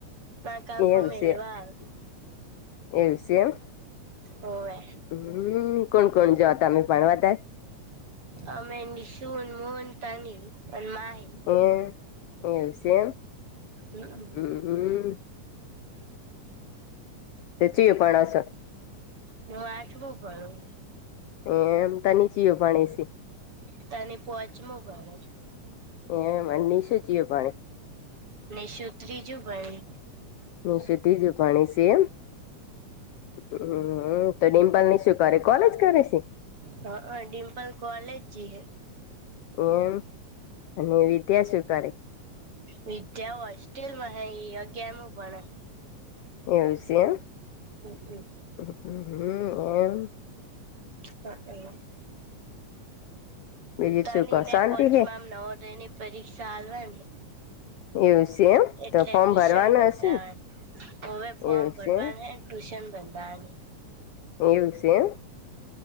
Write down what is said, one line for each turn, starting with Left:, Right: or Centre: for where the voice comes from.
Right: માર કાકો
Left: એવું
Right: મેલવા
Left: છે
Right: આવે.
Left: એવું છે, એમ
Right: ઓવે
Left: હમ કોણ કોણ જતાને પણવાતા
Right: અમે નિશુન મોહનતાની અને માય
Left: એ એવું છે
Right: હમ
Left: એમ હ તેચીયે ઉપ ણસ
Right: નું આઠવુ પડું
Left: એ એમ ત નીચીય ભણી છે.
Right: તને પોચમુ ગણે છે.
Left: એમ મનશ <unintelligible> જીએ પાણી
Right: ને સુ ત્રીજું પણ
Left: નિશુતિ જ ઉપાણી સે એમ હમ તો ડિમ્પલની શું કરે કોલેજ કરે છે.
Right: હ હ ડિમ્પલ કોલેજ જ હૈ.
Left: એમ અને વિદ્યા સ્વીકારે
Right: વિદ્યા હોસ્ટેલમાં હૈ એ અગિયારમું ભણે
Left: એવું છે, એમ
Right: હમ હમ
Left: હ <unintelligible> હમ એમ
Right: હ એમ
Left: બીજું
Right: તની
Left: શું કહો
Right: ને
Left: શાંતિ
Right: પોંચમાંમ
Left: હે
Right: નવોદય ની પરીક્ષા હાલવાની
Left: એવું છે એમ
Right: એટલે
Left: તો ફોર્મ
Right: ટ્યુશન
Left: ભરવાનું
Right: બંધે
Left: હશે ને
Right: હવે. હવે ફોર્મ
Left: એવું
Right: ભરવાનુ
Left: છે એમ
Right: ટ્યુશન બંધ અને
Left: એવુ છે. એમ